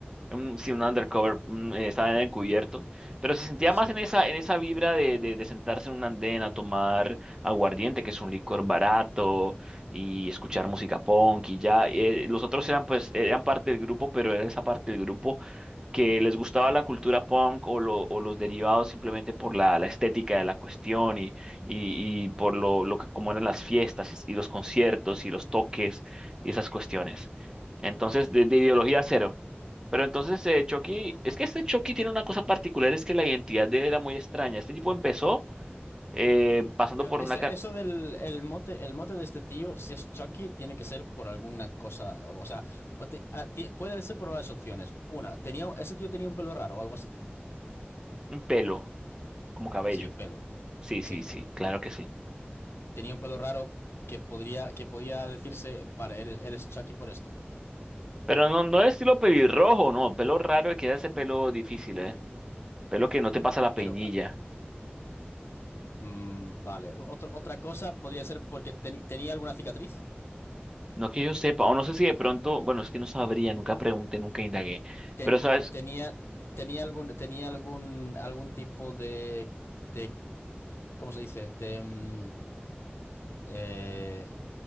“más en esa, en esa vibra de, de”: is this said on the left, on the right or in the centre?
Right